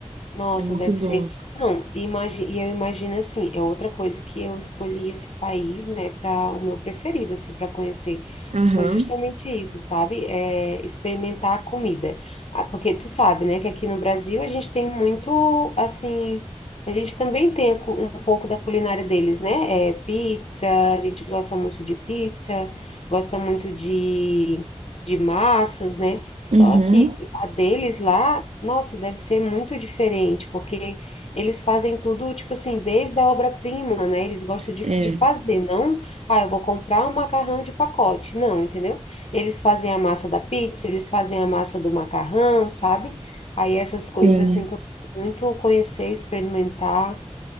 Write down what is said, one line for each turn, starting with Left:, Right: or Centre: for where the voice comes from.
Left: Nossa,
Right: É muito
Left: deve
Right: bom.
Left: ser. Não, imagi... e eu imagino assim, é outra coisa que eu escolhi esse país, né, para o meu preferido, assim, para conhecer.
Right: Aham,
Left: Foi justamente isso, sabe? É, experimentar a comida. Ah, Porque tu sabe, né, que aqui no Brasil a gente tem muito, assim, a gente também tem a cu- um pouco da culinária deles, né? É, pizza, a gente gosta muito de pizza, gosta muito de, de massas, né? Só
Right: uhum,
Left: que a deles lá, nossa, deve ser muito diferente, porque eles fazem tudo, tipo assim, desde a obra-prima, né? Eles gostam de,
Right: é,
Left: de fazer, não, ah, eu vou comprar um macarrão de pacote. Não, entendeu? Eles fazem a massa da pizza, eles fazem a massa do macarrão, sabe? Aí essas coisas,
Right: sim.
Left: assim, que eu quero muito conhecer, experimentar.